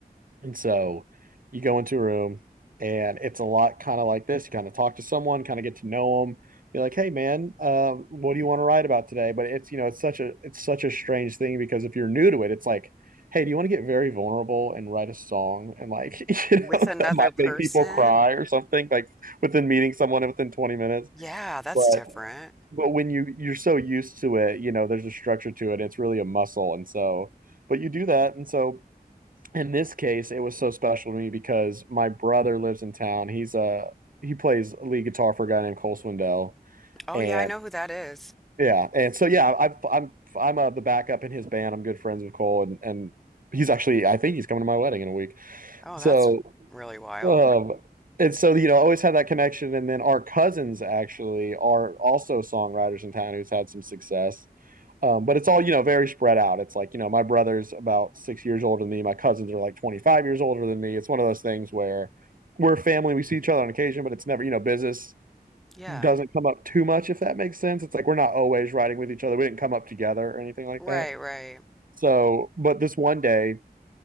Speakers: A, on the right; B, in the centre.
A: And so you go into a room and it's a lot kind of like this. You kind of talk to someone, kind of get to know them, be like, "Hey, man, uh, what do you want to write about today?" But it's you know it's such a it's such a strange thing because if you're new to it, it's like, "Hey, do you want to get very vulnerable and write a song?" And like <laughs> you
B: With
A: know
B: another
A: that might
B: person?
A: make people cry or something. Like within meeting someone within 20 minutes,
B: Yeah, that's
A: but
B: different.
A: but when you you're so used to it, you know there's a structure to it. It's really a muscle, and so but you do that, and so in this case, it was so special to me because my brother lives in town. He's a he plays lead guitar for a guy named Cole Swindell,
B: Oh
A: and
B: yeah, I know who that is.
A: yeah, and so yeah, I've, I'm I'm uh, the backup in his band. I'm good friends with Cole, and and he's actually I think he's coming to my wedding in a week.
B: Oh,
A: So
B: that's really wild.
A: um, and so you know, I always had that connection. And then our cousins actually are also songwriters in town who's had some success. Um, but it's all you know very spread out. It's like you know my brother's about six years older than me. My cousins are like twenty five years older than me. It's one of those things where we're family. We see each other on occasion, but it's never you know business
B: Yeah.
A: doesn't come up too much if that makes sense. It's like we're not always riding with each other. We didn't come up together or anything like
B: Right,
A: that.
B: right.
A: So, but this one day